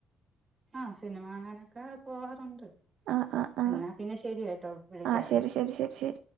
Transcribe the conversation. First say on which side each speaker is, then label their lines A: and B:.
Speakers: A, on the right (about 25°); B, on the right (about 80°).
A: ആഹ് സിനിമ കാണാനൊക്കെ പോവാറുണ്ട്.
B: ആഹ് ആഹ് ആഹ്
A: എന്നാ പിന്നെ ശരിയേട്ടോ വിളിക്കാവെ
B: ആഹ് ശരി ശരി ശരി